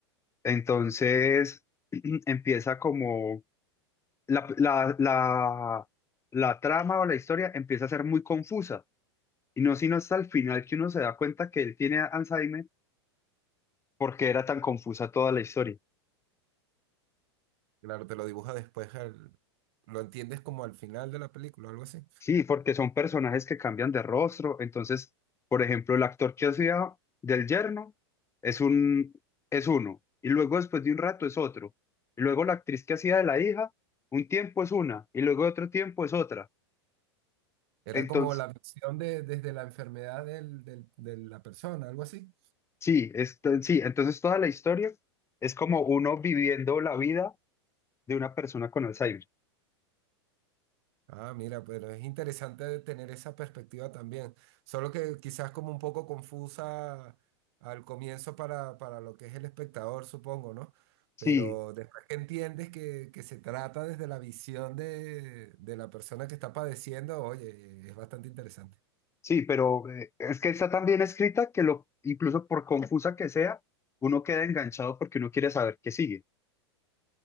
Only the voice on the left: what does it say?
Entonces, <clears throat> empieza como la, la, la, la trama o la historia empieza a ser muy confusa. Y no sino hasta el final que uno se da cuenta que él tiene Alzheimer porque era tan confusa toda la historia.
Sí, porque son personajes que cambian de rostro. Entonces, por ejemplo, el actor que hacía del yerno es un, es uno. Y luego después de un rato es otro. Y luego la actriz que hacía de la hija, un tiempo es una. Y luego otro tiempo es otra.
Entonces,
Sí, esto, sí, entonces toda la historia es como uno viviendo la vida de una persona con Alzheimer.
Sí,
sí, pero eh, es que está tan bien escrita que lo, incluso por confusa que sea, uno queda enganchado porque uno quiere saber qué sigue.